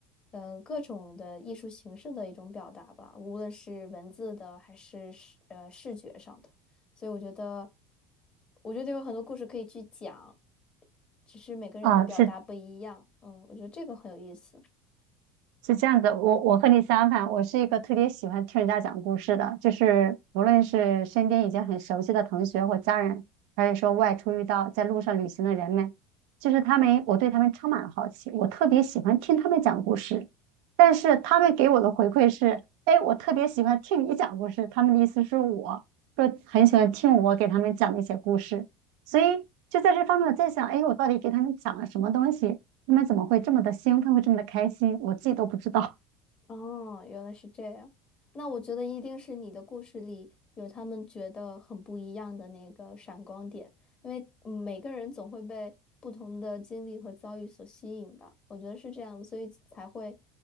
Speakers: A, on the left; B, on the right.
A: 呃各种的艺术形式的一种表达吧，无论是文字的还是视呃视觉上的。所以我觉得，我觉得有很多故事可以去讲，只是每个人的表达不一样。
B: 啊，是
A: 嗯，我觉得这个很有意思。
B: 是这样子，我我和你相反，我是一个特别喜欢听人家讲故事的，就是无论是身边已经很熟悉的同学或家人，还是说外出遇到在路上旅行的人们，就是他们，我对他们充满了好奇，我特别喜欢听他们讲故事。但是他们给我的回馈是，哎，我特别喜欢听你讲故事。他们的意思是我说很喜欢听我给他们讲的一些故事，所以就在这方面我在想，哎，我到底给他们讲了什么东西？他们怎么会这么的兴奋，会这么的开心，我自己都不知道。
A: 哦，原来是这样。那我觉得一定是你的故事里有他们觉得很不一样的那个闪光点，因为嗯每个人总会被不同的经历和遭遇所吸引吧。我觉得是这样的所以才会